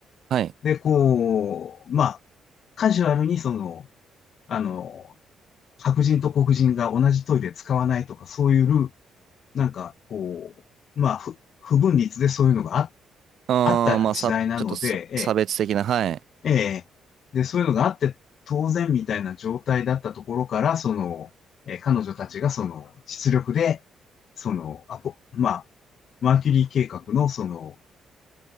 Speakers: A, on the right; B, on the left.
A: はい。
B: で、こう、まあ、カジュアルにその、あの、白人と黒人が同じトイレ使わないとか、そういうルール、なんか、こう、まあ、不、不分立でそういうのがあ、
A: あー、
B: あった時代なので、
A: まあ、さ、ちょっとさ、差別的な、はい。
B: ええ、ええ、で、そういうのがあって当然みたいな状態だったところから、その、えー彼女たちがその、実力で、その、アポ、まあ、マーキュリー計画のその、